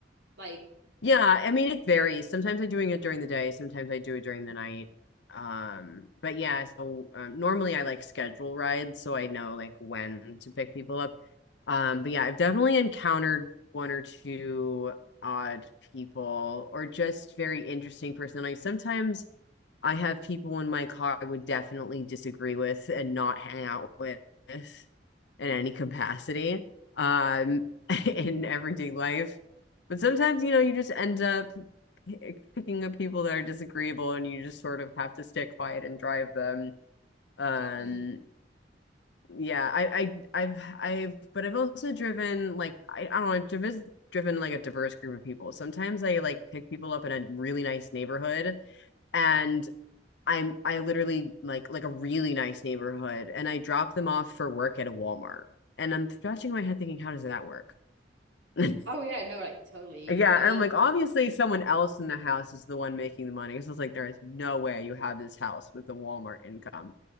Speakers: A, on the right (about 85°); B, on the left (about 75°).
A: like
B: Yeah, I mean it varies. Sometimes I'm doing it during the day, sometimes I do it during the night. Um, but yeah, so um, normally I like schedule rides so I know like when to pick people up. Um, but yeah, I've definitely encountered one or two odd people or just very interesting personalities. Sometimes I have people in my car I would definitely disagree with and not hang out with in any capacity. Um, <laughs> in everyday life but sometimes, you know, you just end up picking up people that are disagreeable and you just sort of have to stay quiet and drive them. Um,
A: y
B: yeah, I, I, I've, I've, but I've also driven like, I, I don't know, I've driven, driven like a diverse group of people. Sometimes I like pick people up in a really nice neighborhood and I'm, I literally like, like a really nice neighborhood and I drop them off for work at a Walmart. And I'm scratching my head thinking, how does that work? <laughs> Like,
A: oh yeah, no, like totally.
B: Yeah,
A: I mean,
B: I'm like, obviously, someone else in the house is the one making the money. Because I was like, there is no way you have this house with the Walmart income.